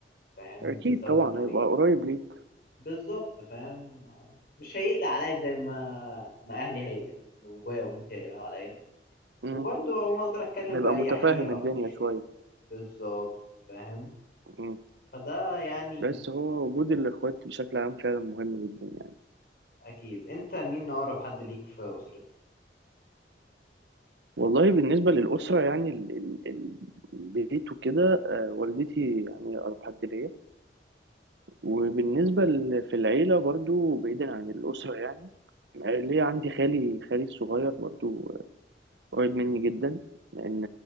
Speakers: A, on the left; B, on the right.
A: فاهم
B: اكيد
A: بسبب
B: طبعا
A: انه
B: هيبقى
A: ايه
B: قريب ليك
A: بالظبط فاهم مش هيقلق عليا زي ما ما اهلي هي بابايا ومامتي هيقلقوا عليا
B: مم.
A: وبرضه ما اقدر اتكلم
B: هيبقى
A: باريحيه
B: متفاهم الدنيا
A: اكتر شويه
B: شوية
A: بالظبط فاهم
B: مم.
A: فده يعني
B: بس هو وجود الاخوات بشكل عام فعلا مهم جدا يعني
A: اكيد انت مين اقرب حد ليك في اسرتك
B: والله بالنسبة للأسرة يعني ال- ال- ال- البيت وكده آه، والدتي يعني أقرب حد ليا وبالنسبة ل- في العيلة برضو بعيدا عن الأسرة يعني ليه عندي خالي خالي الصغير برضو قريب مني جدا لأن